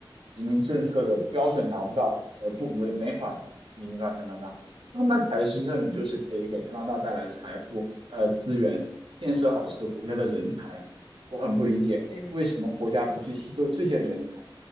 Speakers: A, on the right; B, on the left.
A: 移民政策的标准达不到，而不没没法移民到加拿大。他们才真正就是可以给加拿大带来财富、
B: 嗯哼，
A: 呃资源、建设好这个国家的人才啊！我很不理解。
B: 对，
A: 为什么国家不去吸收这些人才，